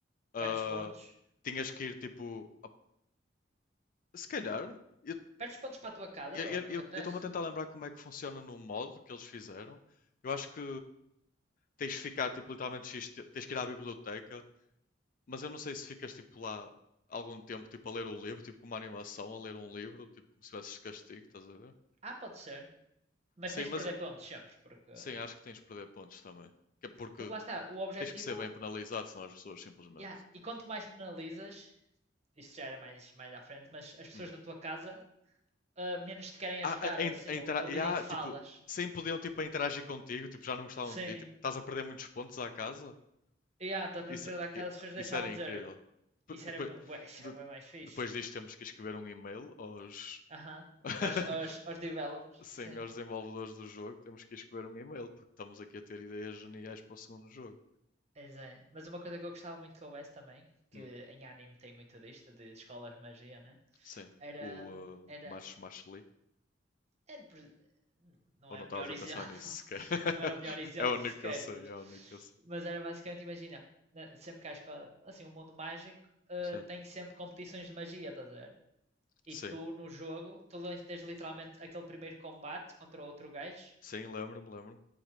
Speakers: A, on the left; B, on the right.
A: ah,
B: Perdes pontos.
A: tinhas que ir tipo. a- Se calhar, eu
B: Perdes pontos para a tua casa,
A: eu-
B: bro,
A: eu-
B: é o que
A: eu
B: acontece.
A: estou-me a tentar lembrar como é que funciona no modo que eles fizeram. Eu acho que tens de ficar tipo literalmente X, te- tens que ir à biblioteca Mas eu não sei se ficas tipo lá algum tempo tipo a ler o livro, tipo com uma animação, a ler um livro, tipo como se tivesses castigo, estás a ver?
B: Ah, pode ser. Mas
A: Sim,
B: tens
A: mas
B: de perder pontos sempre, porque...
A: sim, acho que tens de perder pontos também. Que é Porque
B: Porque lá está, o objetivo...
A: tens que ser bem penalizado, senão as pessoas simplesmente
B: Yeah, e
A: tipo,
B: quanto mais penalizas, isto já era mais, mais à frente, mas as pessoas
A: hum.
B: da tua casa uh, menos te querem
A: Ah,
B: ajudar,
A: a, a,
B: ou
A: in-
B: assim,
A: a
B: ou,
A: intera-
B: ou
A: e
B: dizem
A: há,
B: falas.
A: tipo, sem podiam tipo a interagir contigo, tipo, já não gostavam
B: Sim.
A: de ti, tipo, estás a perder muitos pontos à casa.
B: E ah, estás a
A: Isso,
B: proteger da
A: i-
B: casa, as pessoas
A: isso
B: deixavam
A: era
B: de
A: incrível.
B: dizer
A: P-
B: isso
A: Depois,
B: era, bué, isso
A: de,
B: era bué mais fixe.
A: depois disto temos que escrever um e-mail aos
B: Aham.
A: <laughs>
B: Aos, aos, aos developers,
A: Sim,
B: sim.
A: aos desenvolvedores do jogo, temos que escrever um e-mail, porque estamos aqui a ter ideias geniais para o segundo jogo.
B: Pois é. Mas uma coisa que eu gostava muito que houvesse também, que
A: Hum,
B: em anime tem muito disto, de escolas de magia, né?
A: sim,
B: Era,
A: o
B: hum, era,
A: uh, March March
B: era, por- não
A: Ou
B: é
A: não
B: o
A: estavas
B: melhor
A: a
B: exemplo,
A: pensar nisso sequer?
B: <laughs>
A: <laughs>
B: não era o melhor exemplo
A: É o único
B: sequer,
A: que eu sei,
B: mas,
A: é o único que eu sei.
B: mas era basicamente, imagina, na- sempre que há escola, assim, o mundo mágico eh,
A: Sim,
B: tem sempre competições de magia, estás a ver? E
A: sim,
B: tu no jogo, tu lan- tens literalmente aquele primeiro combate contra outro gajo
A: sim, lembro-me, lembro-me.